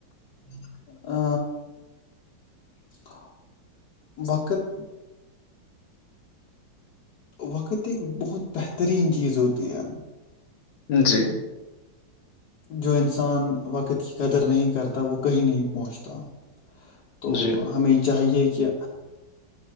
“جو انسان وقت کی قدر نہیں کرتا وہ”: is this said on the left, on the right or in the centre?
Left